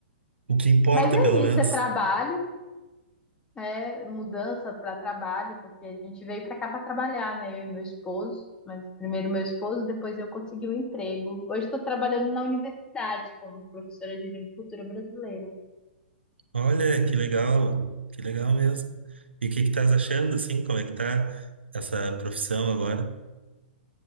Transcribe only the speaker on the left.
Mas é
isso, é trabalho, é mudança para trabalho, porque a gente veio para cá para trabalhar, né? Eu e meu esposo, mas primeiro meu esposo, depois eu consegui um emprego. Hoje estou trabalhando na universidade como professora de língua e cultura brasileira.